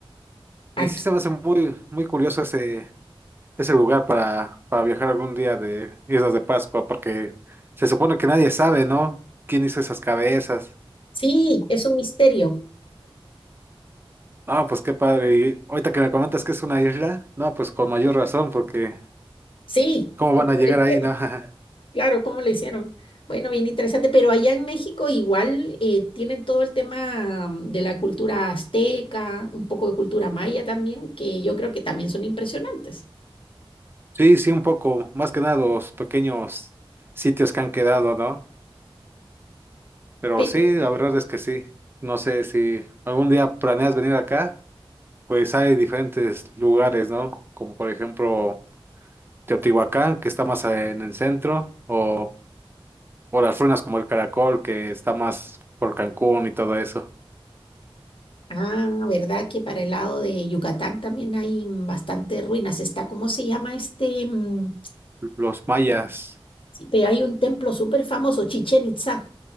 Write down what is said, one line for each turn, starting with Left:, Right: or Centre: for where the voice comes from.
Right: Y
Left: Aquí,
Right: sí se me hace muy, muy curioso ese, es el lugar para, para viajar algún día de Islas de Pascua, porque se supone que nadie sabe, ¿no? ¿Quién hizo esas cabezas?
Left: sí, es un misterio.
Right: No, pues qué padre. Y ahorita que me comentas que es una isla, no, pues con mayor razón, porque
Left: Sí,
Right: ¿cómo
Left: ¿cómo
Right: van a llegar
Left: le hicieron?
Right: ahí, no? <laughs>
Left: Claro, ¿cómo le hicieron? Bueno, bien interesante, pero allá en México igual eh, tienen todo el tema mm, de la cultura azteca, un poco de cultura maya también, que yo creo que también son impresionantes.
Right: Sí, sí, un poco, más que nada los pequeños sitios que han quedado, ¿no? Pero
Left: Pero,
Right: sí, la verdad es que sí. No sé si algún día planeas venir acá, pues hay diferentes lugares, ¿no? Como por ejemplo Teotihuacán, que está más en el centro, o O las ruinas como el Caracol, que está más por Cancún y todo eso.
Left: ah, ¿verdad que para el lado de Yucatán también hay mm, bastantes ruinas? Está, ¿cómo se llama este? mm,
Right: Los mayas.
Left: Este, hay un templo súper famoso, Chichen Itzá.